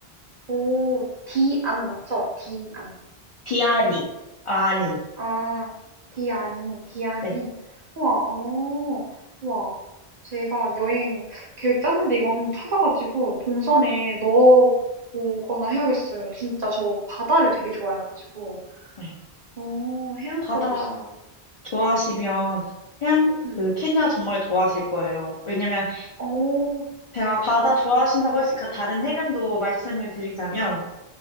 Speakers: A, on the right; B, on the left.
A: 오. 디안 맞죠? 디안.
B: 디아니, 아니,
A: 아, 디아니, 디아니.
B: 네,
A: 우와, 어, 우와. 제가 여행 계획 짜는데 이거 한번 찾아가지고 동선에 넣어보거나 해야겠어요. 진짜 저 바다를 되게 좋아해가지고.
B: 네.
A: 어, 해안가
B: 바다
A: 도시.
B: 좋아하시면
A: 네.
B: 해양
A: 음.
B: 그 케냐 정말 좋아하실 거예요. 왜냐면
A: 어,
B: 제가 바다 좋아하신다고 했으니까 다른 해변도 말씀을 드리자면